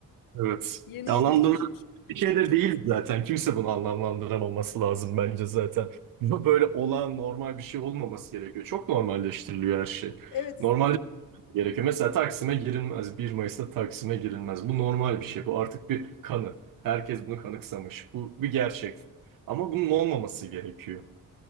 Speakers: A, on the right; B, on the left.
A: Evet.
B: Yeni
A: Ya
B: yeni
A: Anlamlı
B: tanışmışım.
A: bir şey de değil zaten. Kimse bunu anlamlandıramaması lazım bence zaten. Bu böyle olan normal bir şey olmaması gerekiyor. Çok normalleştiriliyor her şey.
B: Evet,
A: Normal gerekiyor. Mesela Taksim'e girilmez. bir Mayıs'ta Taksim'e girilmez. Bu normal bir şey. Bu artık bir kanı. Herkes bunu kanıksamış. Bu bir gerçek. Ama bunun olmaması gerekiyor.